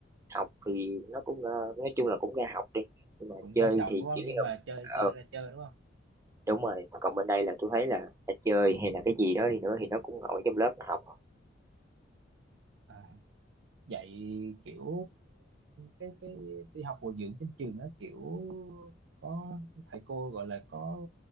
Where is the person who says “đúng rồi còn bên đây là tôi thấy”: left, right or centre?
Right